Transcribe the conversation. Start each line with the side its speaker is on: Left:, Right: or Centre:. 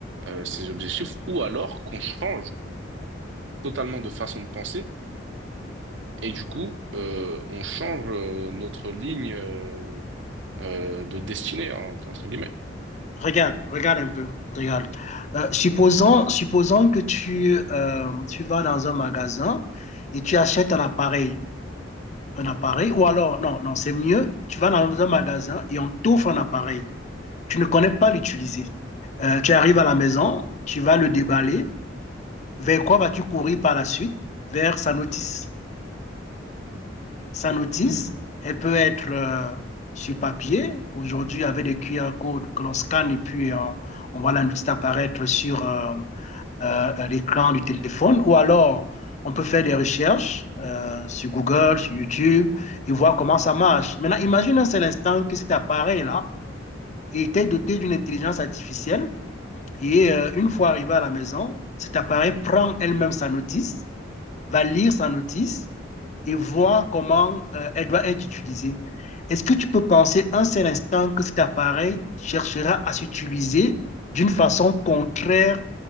Right: euh, ses objectifs ou alors qu'on change totalement de façon de penser. Et du coup, euh, on change euh, notre ligne euh, euh, de destinée, hein, entre guillemets.
Left: Regarde, regarde un peu, regarde. Euh, supposons, supposons que tu, euh, tu vas dans un magasin et tu achètes un appareil, un appareil, ou alors, non, non, c'est mieux, tu vas dans un magasin et on t'offre un appareil. Tu ne connais pas l'utiliser. Euh, tu arrives à la maison, tu vas le déballer. Vers quoi vas-tu courir par la suite? Vers sa notice. Sa notice, elle peut être euh, sur papier. Aujourd'hui, avec des QR codes que l'on scanne et puis on, on voit la notice apparaître sur, euh, euh, l'écran du téléphone, ou alors on peut faire des recherches euh, sur Google, sur YouTube, et voir comment ça marche. Maintenant, imagine un seul instant que cet appareil-là était doté d'une intelligence artificielle, et euh, une fois arrivé à la maison, cet appareil prend elle-même sa notice, va lire sa notice et voir comment euh, elle doit être utilisée. Est-ce que tu peux penser un seul instant que cet appareil cherchera à s'utiliser d'une façon contraire